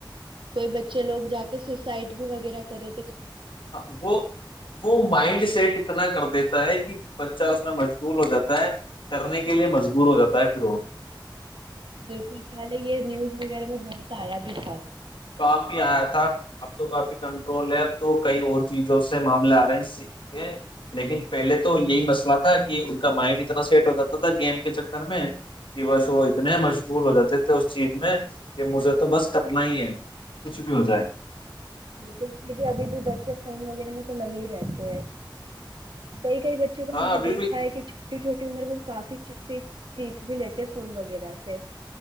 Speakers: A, on the right; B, on the left.
A: کوئی بچے لوگ جا کے سسائڈ بھی وغیرہ کرے
B: ہ وہ وہ مائنڈ سیٹ اتنا کر دیتا ہے کہ بچہ اس میں مجبور ہو جاتا ہے کرنے کے لیے مجبور ہو جاتا ہے پھر وہ
A: بالکل پہلے یہ نیوز وغیرہ میں بہت آیا بھی تھا
B: کافی آیا تھا اب تو کافی کنٹرول ہے اب تو کئی اور چیزوں سے معاملے آ رہے ہیں س کے لیکن پہلے تو یہی مسئلہ تھا کہ ان کا مائنڈ اتنا سیٹ ہو جاتا تھا گیم کے چکر میں کہ بس وہ اتنے مشغول ہو جاتے تھے اس چیز میں کہ مجھے تو بس کرنا ہی ہے کچھ بھی ہو جائے
A: بالکل پھر بھی ابھی بھی بچے فون وغیرہ میں تو لگے ہی رہتے ہیں کئی کئی بچوں کو
B: ہاں
A: ہم نے
B: ابھی
A: دیکھا
B: بھی
A: ہے کہ چھوٹی چھوٹی مر میں کافی سیکھ بھی لیتے ہیں فون وغیرہ سے